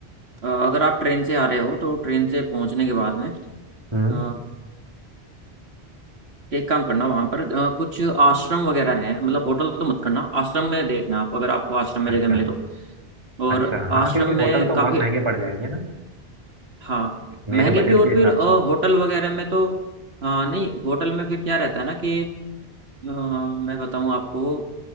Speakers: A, on the right; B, on the right.
A: अ, अगर आप ट्रेन से आ रहे हो तो ट्रेन से पहुंचने के बाद में
B: हम्म
A: अ, एक काम करना वहां पर अ, कुछ आश्रम वगैरह हैं मतलब होटल तो मत करना आश्रम में देखना आप अगर आपको आश्रम में
B: अच्छा
A: जगह मिले तो और
B: अच्छा हाँ
A: आश्रम
B: क्योंकि होटल
A: में
B: तो
A: काफी
B: बहुत महंगे पड़ जाएंगे ना
A: हाँ
B: मेरे
A: महंगे
B: बजट
A: भी और
B: के हिसाब
A: फिर अ, होटल वगैरह में तो हाँ नहीं होटल में फिर क्या रहता है ना कि अ, मैं बताऊं आपको